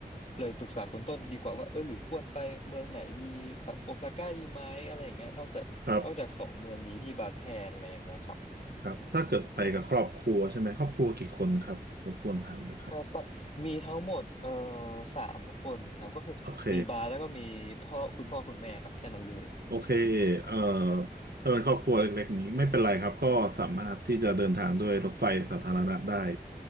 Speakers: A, on the left (about 45°); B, on the right (about 80°).
A: เลยปรึกษาคุณต้นดีกว่าว่าเออหรือควรไปเมืองไหนดีแบบโอซาก้าดีไหมอะไรอย่างเงี้ยนอกจาก
B: ครับ
A: นอกจากสองเมืองนี้ที่บาดแพนอะไรอย่างเงี้ยครับ
B: ครับถ้าเกิดไปกับครอบครัวใช่ไหมครอบครัวกี่คนครับรบกวนถามหน่อยครับ
A: อืมใช่ปะมีทั้งหมดเอ่อสามคนครับก็คือมีบาสแล้วก็มีพ่อคุณพ่อคุณแม่ครับแค่นั้นเลยอืม
B: โอเค โอเคเอ่อถ้าเป็นครอบครัวเล็กๆนี้ไม่เป็นไรครับ ก็สามารถที่จะเดินทางด้วยรถไฟสาธารณะได้